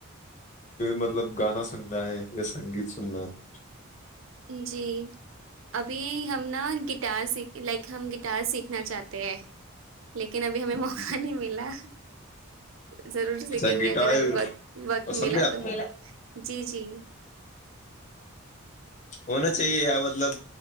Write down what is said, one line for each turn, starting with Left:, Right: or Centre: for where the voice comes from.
Left: مطلب گانا سننا ہے یا سنگیت سننا ہے
Right: جی ابھی ہم نا گٹار سیکھ لائک ہم گٹار سیکھنا چاہتے ہے لیکن ابھی ہمیں موقع
Left: ہے
Right: نہیں ملا ضرور سیکھیں
Left: اچھا گٹار
Right: گے اگر ہمیں وقت وقت
Left: پسند
Right: ملا
Left: ہے آپ
Right: تو
Left: کو
Right: جی جی
Left: ہونا چاہیے ار مطلب